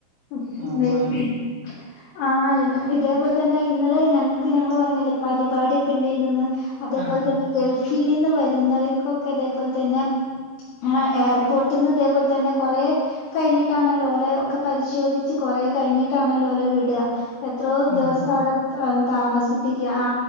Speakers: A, on the left; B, on the right.
A: ഉം
B: ആന്ന്
A: <unintelligible>
B: ആന്ന്
A: ആഹ് ഇതേപോലെ തന്നെ ഇന്നലെ ഞങ്ങക്ക് ഞങ്ങൾ പറഞ്ഞില്ലേ പരിപാടി ക്ക് ണ്ടേനേന്ന് അതേപോലെ
B: ആഹ് ആഹ്
A: തന്നെ ഗൾഫിൽ നിന്ന് വരുന്നവർക്കൊക്കെ അതേപോലെ തന്നെ ആഹ് എയർപോർട്ട്ന്ന് തേപോലെ തന്നെ കൊറേ കഴിഞ്ഞിട്ടാണോല്ലോലെ ക്കെ പരിശോധിച്ച് കൊറേ കഴിഞ്ഞിട്ടാണോല്ലോലെ വിടാ. എത്രോ
B: ഉം
A: ദിവസം
B: ഉം
A: അവിടെ താമസിപ്പിക്ക ആ